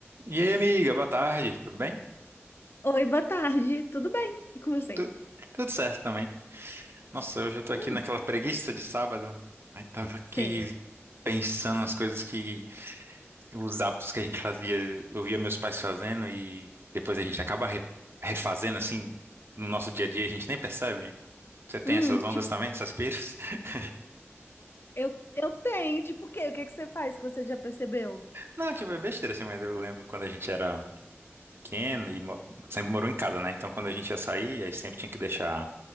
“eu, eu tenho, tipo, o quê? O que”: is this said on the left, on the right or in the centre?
Left